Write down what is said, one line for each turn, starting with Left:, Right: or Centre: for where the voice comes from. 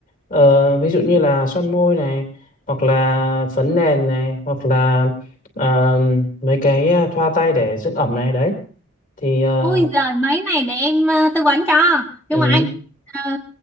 Left: ờ, ví dụ như là son môi này hoặc là phấn nền này hoặc là ờ, mấy cái ờ, thoa tay để dưỡng ẩm này đấy thì ờ,
Centre: ui giời mấy này để em ờ, tư vấn cho.
Left: ừ.
Centre: Nhưng mà anh ờ,